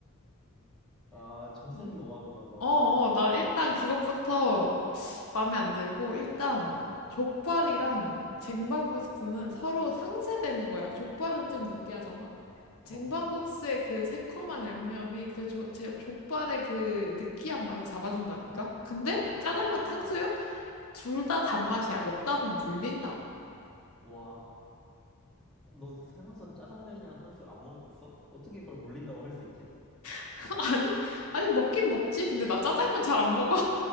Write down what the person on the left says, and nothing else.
<laughs>
어, 어,
난 일단 그것부터 마음에 안 들고 일단
족발이랑 쟁반국수는 서로 상쇄되는 거야. 족발은 좀 느끼하잖아.
쟁반국수의
그 새콤한 양념이 그 조, 제 족발의 그 느끼한 맛을 잡아준다니까. 근데
짜장면 탕수육 둘 다 단맛이야. 먹다 보면 물린다고.
<laughs> 아니 아니 먹긴 먹지. 근데 나 짜장면 잘 안 먹어.